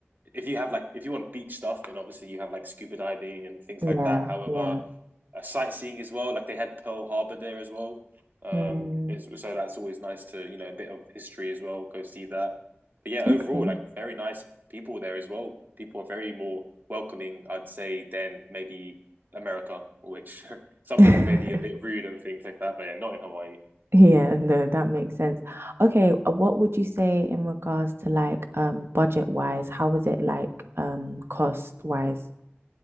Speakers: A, on the right; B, on the right.
A: if you have like if you want beach stuff, then obviously you have like scuba diving and things
B: yeah,
A: like that. However,
B: yeah.
A: uh, sightseeing as well. Like they had Pearl Harbor there as well. Um,
B: Hmm,
A: so that's always nice to you know a bit of history as well. Go see that. But yeah, overall,
B: okay.
A: like very nice people there as well. People are very more welcoming, I'd say, than maybe America, which <laughs> some
B: <laughs>
A: people may be a bit rude and things like that. But yeah, not in Hawaii.
B: Yeah, no, that makes sense. Okay, uh, what would you say in regards to like um budget wise? How was it like um cost wise?